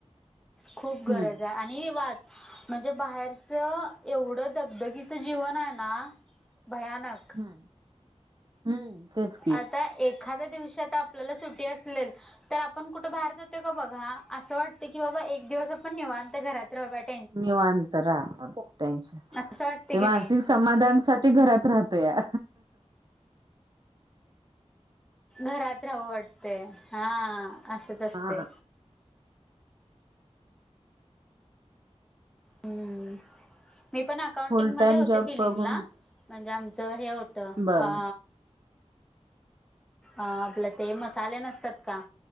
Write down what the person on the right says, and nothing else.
हम्म.
हम् हम्म तेच,
निवांत राहा टेन्शन
ते
मानसिक
समाधानसाठी घरात राहतोया.
हा
फुल
टाइम
जॉब
बघून
बर
<inaudible>